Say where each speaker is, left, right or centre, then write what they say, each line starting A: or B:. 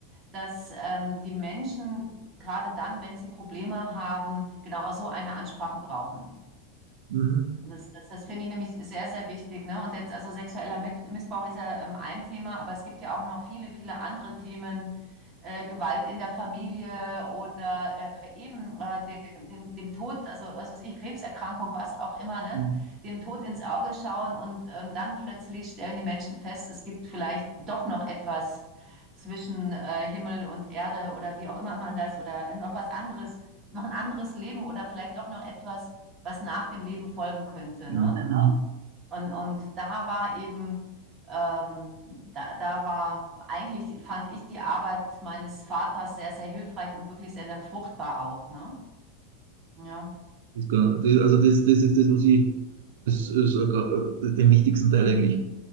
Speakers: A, on the right; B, on the right.
A: dass ähm, die Menschen gerade dann, wenn sie Probleme haben, genau so eine Ansprache brauchen.
B: Mhm.
A: Das, das, das finde ich nämlich sehr, sehr wichtig, ne? Und jetzt, also sexueller Mit- Missbrauch ist ja ähm, ein Thema, aber es gibt ja auch noch viele, viele andere Themen, äh, Gewalt in der Familie oder äh, eben äh, dem, dem, dem Tod, also was weiß ich, Krebserkrankung, was auch immer, ne?
B: Ja.
A: Dem Tod ins Auge schauen und ähm, dann plötzlich stellen die Menschen fest, es gibt vielleicht doch noch etwas zwischen äh, Himmel und Erde oder wie auch immer man das oder noch was anderes, noch ein anderes Leben oder vielleicht doch noch etwas was nach dem Leben folgen könnte.
B: Genau.
A: Ne? Und, und da war eben, ähm, da, da war eigentlich, fand ich die Arbeit meines Vaters sehr, sehr hilfreich und wirklich sehr, sehr fruchtbar auch. Ne? Ja.
B: Das, kann- das- also das, das ist das, was ich, das ist äh, den wichtigsten Teil eigentlich.